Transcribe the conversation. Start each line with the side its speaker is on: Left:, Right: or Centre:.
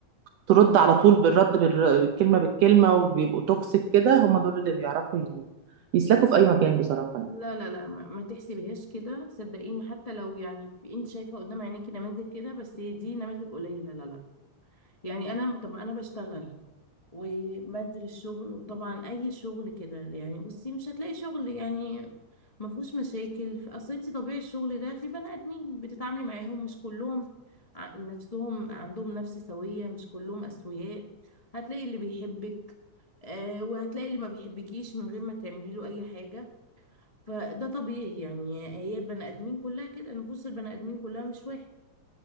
Right: ترد على طول بالرد بالر... بالكلمة بالكلمة وبيبقوا توكسيك كده هم دول اللي بيعرفوا ي- يسلكوا في اي مكان بصراحة يعني.
Left: لا لا لا ما, ما تحسبيهاش كده صدقيني حتى لو يعني في- انت شايفة قدام عينيكي نماذج كده بس هي دي نماذج قليلة لا لا يعني انا طب انا بشتغل وبنزل الشغل وطبعا اي شغل كده يعني بصي مش هتلاقي شغل يعني ما فيهوش مشاكل اصل انت طبيعي الشغل ده في بني ادمين بتتعاملي معاهم مش كلهم ع- نفسهم عندهم نفس سوية مش كلهم اسوياء هتلاقي اللي بيحبك آه وهتلاقي اللي ما بيحبكيش من غير ما تعملي له اي حاجة فده طبيعي يعني هي البني ادمين كلها كده نفوس البني ادمين كلها مش واحد